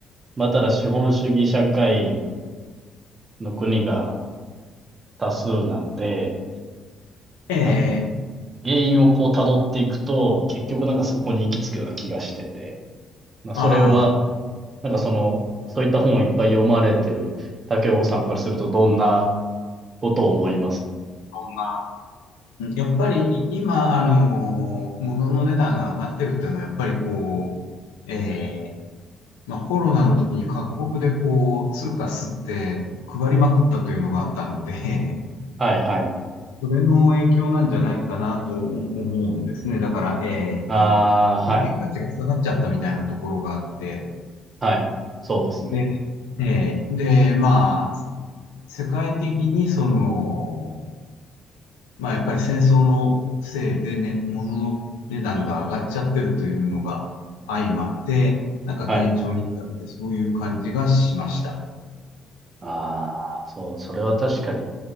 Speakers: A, on the right (about 40°); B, on the left (about 80°).
A: まあただ資本主義社会の国が多数なんで、
B: え
A: なんか
B: え、
A: 原因をこう辿っていくと、結局なんかそこに行き着くような気がしてて、まあそれは、
B: ああ、
A: なんかその、そういった本をいっぱい読まれてる竹尾さんからするとどんなことを思います
B: そんなやっぱり今、あの、物の値段が上がってるっていうのは、やっぱりこう、えーまあコロナの時に各国でこう、通貨吸って配りまくったというのがあったので、
A: かはいはい。
B: それの影響なんじゃないかなと思うんですね。だから、えっと、
A: ああ、
B: 貨
A: はい。
B: 幣価値が下がっちゃったみたいなところがあって、
A: はい。そうですね。
B: で、えーで、まあ、世界的にその、まあ、やっぱり戦争のせいでね、物の値段が上がっちゃってるというのが相まって、なんか現状に至るってそういう感じがしました。
A: はい。ああ、そう、それは確かに。